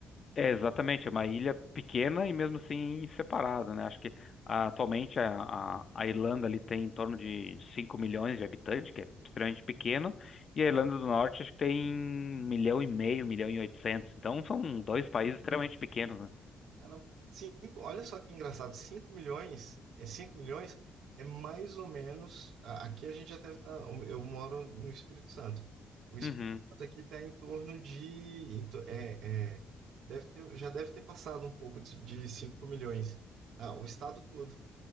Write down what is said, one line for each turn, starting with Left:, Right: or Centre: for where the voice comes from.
Left: É, exatamente, é uma ilha pequena e mesmo assim separada, né? Acho que ah, atualmente a, a, a Irlanda ali tem em torno de 5 milhões de habitantes, que é extremamente pequeno, e
Right: Caramba,
Left: a Irlanda do Norte acho que tem 1 milhão e meio, 1 milhão e 800. Então são dois países extremamente pequenos, né?
Right: caramba. Cinco, olha só que engraçado, Cinco milhões, é cinco milhões, é mais ou menos. a- Aqui a gente já deve estar. Eu moro no Espírito Santo. O Espírito
Left: Uhum.
Right: Santo aqui está em torno de. em to- é, é, deve ter, já deve ter passado um pouco de, de 5 milhões. Ah, o estado todo.